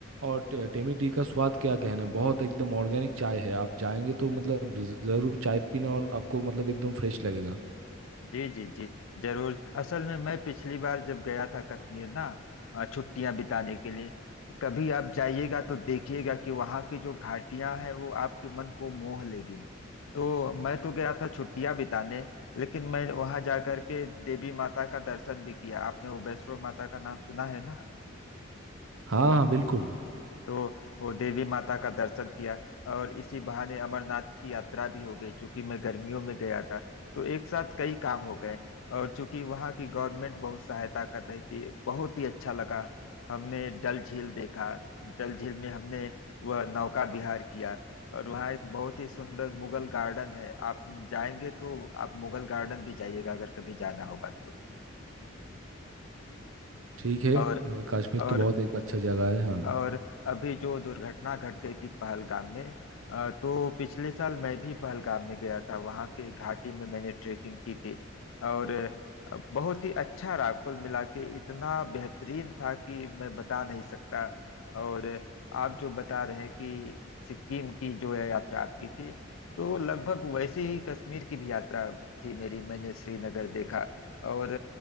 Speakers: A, on the right; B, on the left.
A: और टे- टेमी टी का स्वाद क्या कहना बहुत एकदम ऑर्गेनिक चाय है आप जाएंगे तो मतलब ज़रूर चाय पीना और आपको मतलब एकदम फ्रेश लगेगा
B: जी जी जी जरूर असल में मैं पिछली बार जब गया था कश्मीर ना अ, छुट्टियां बिताने के लिए कभी आप जाइएगा तो देखिएगा कि वहाँ की जो घाटियां हैं वो आपके मन को मोह लेगी तो मैं तो गया था छुट्टियां बिताने लेकिन मैं वहाँ जा करके देवी माता का दर्शन भी किया आपने वो वैष्णो माता का नाम सुना है ना
A: हाँ हाँ बिल्कुल
B: तो वो देवी माता का दर्शन किया और इसी बहाने अमरनाथ की यात्रा भी हो गई चूंकि मैं गर्मियों में गया था तो एक साथ कई काम हो गए और चूंकि वहाँ की गवर्नमेंट बहुत सहायता कर रही थी बहुत ही अच्छा लगा हमने डल झील देखा डल झील में हमने वह नौका विहार किया और वहाँ एक बहुत ही सुंदर मुगल गार्डन है आप जाएंगे तो आप मुगल गार्डन भी जाइएगा अगर कभी जाना होगा तो
A: ठीक है
B: और
A: अ, कश्मीर
B: और
A: तो बहुत एक अच्छा जगह है हाँ
B: और अभी जो दुर्घटना घट गई थी पहलगाम में अ, तो पिछले साल मैं भी पहलगाम में गया था वहाँ के घाटी में मैंने ट्रेकिंग की थी और अ, बहुत ही अच्छा रहा कुल मिला के इतना बेहतरीन था कि मैं बता नहीं सकता और आप जो बता रहे हैं कि सिक्किम की जो है यात्रा आपकी थी तो लगभग वैसे ही कश्मीर की भी यात्रा थी मेरी मैंने श्रीनगर देखा और